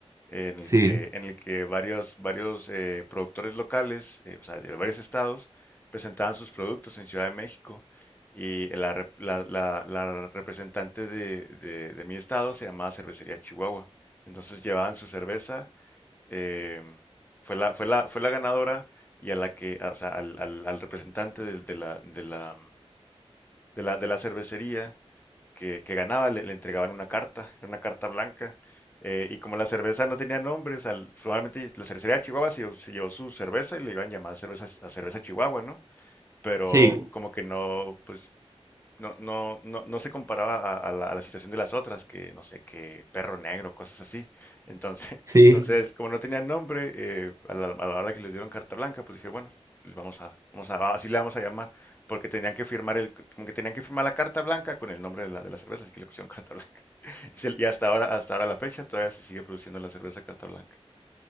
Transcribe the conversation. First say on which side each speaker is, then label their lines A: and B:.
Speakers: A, on the left (about 15°); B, on the right (about 30°).
A: en el
B: Sí,
A: que, en el que varios, varios eh, productores locales, eh, o sea, de varios estados, presentaban sus productos en Ciudad de México y la, rep- la, la- la representante de, de, de mi estado se llamaba Cervecería Chihuahua, entonces llevaban su cerveza eh, fue la, fue la, fue la ganadora y a la que, o sea, al, al- al representante de, de la, de la, de la, de la cervecería que, que ganaba le, le entregaban una carta, era una carta blanca. eh, y como la cerveza no tenía nombre, o sea, probablemente la cervecería de Chihuahua se llevó, se llevó su cerveza y le iban a llamar cerveza, a cerveza Chihuahua, ¿no? Pero
B: sí,
A: como que no, pues no, no, no, no se comparaba a, a la, a la situación de las otras, que no sé, que perro negro, cosas así. Entonces,
B: sí,
A: <laughs> entonces como no tenían nombre, eh, a la, a la hora que les dieron carta blanca, pues dije, bueno, vamos a, vamos a, así le vamos a llamar, porque tenían que firmar el, como que tenían que firmar la carta blanca con el nombre de la, de la cerveza, así que le pusieron carta blanca. <laughs> Y, se- y hasta ahora, hasta ahora la fecha, todavía se sigue produciendo la cerveza carta blanca.